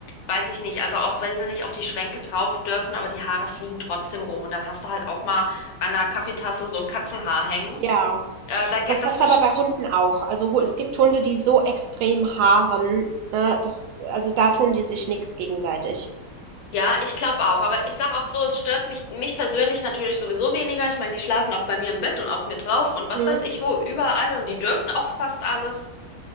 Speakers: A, on the left; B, on the right.
A: weiß ich nicht, also auch wenn sie nicht auf die Schränke drauf dürfen, aber die Haare fliegen trotzdem rum und dann hast du halt auch mal an einer Kaffeetasse so ein Katzenhaar hängen.
B: Ja.
A: Äh, da, ge-
B: Das
A: das
B: hast
A: verst-
B: du aber bei Hunden auch. Also hu- es gibt Hunde, die so extrem haaren, ne, das, also da tun die sich nix gegenseitig.
A: ja, ich glaube auch, aber ich sag auch so, es stört mich, mich persönlich natürlich sowieso weniger. Ich meine, die schlafen auch bei mir im Bett und auf mir drauf und was
B: Mhm.
A: weiß ich wo, überall und die dürfen auch fast alles.